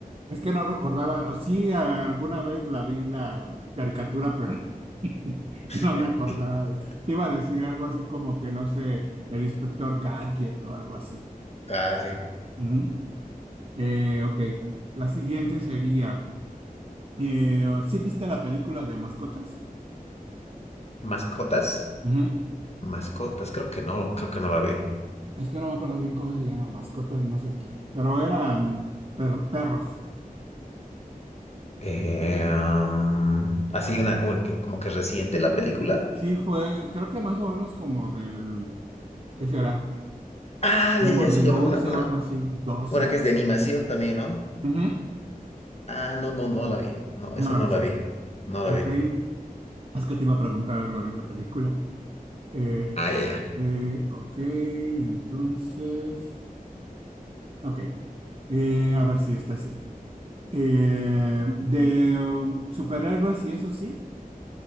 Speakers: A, on the right; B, on the left.
A: Es que no recordaba, o sí, alguna vez la vi la caricatura, pero <laughs>
B: <laughs>
A: no me acordaba. Te iba a decir algo así como que, no sé, el inspector Gadget o algo así.
B: Ah, sí.
A: Ujú. Eh, ok, la siguiente sería, eh, oh, ¿sí viste la película de mascotas?
B: ¿Mascotas?
A: Ujú.
B: Mascotas, creo que no, creo que no la vi.
A: Es que no me acuerdo bien cómo se llama, mascotas, no sé qué, pero eran per- perros.
B: Eh, um, así una, uy, que- como que reciente la película.
A: Sí, fue, creo que más o menos como del, ¿qué será?
B: Ah,
A: Como
B: ya, ya,
A: del
B: sí, ya,
A: 11
B: me- una, una,
A: o algo así, doce.
B: una que es de animación también, ¿no?
A: Ujú,
B: Ah, no, no, no la vi. No,
A: No
B: esa
A: la
B: no
A: viste.
B: la vi. No
A: Ok,
B: la vi.
A: es que te iba a preguntar algo de la película. Eh,
B: Ah, ya, ya.
A: eh, ok, entonces, ok, eh, a ver si está así. Eh, de um, superhéroes y eso sí,